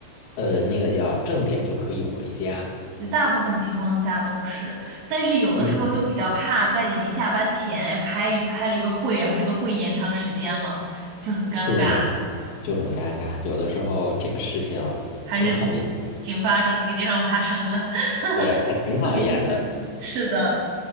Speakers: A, on the left (about 80°); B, on the right (about 55°).
A: 呃，那个叫正点就可以回家。
B: 对，大部分情况下都是，但是有的时候就比较怕，
A: 嗯，
B: 在你临下班前开一开了一个会，然后这个会延长时间了，就很尴尬，
A: 对，就很尴尬，有的时候这个事情
B: 还是挺挺发生，
A: 挺讨厌，
B: 挺经常发生的。<laughs>
A: 对，还挺讨厌的，
B: 我自己就发，是的，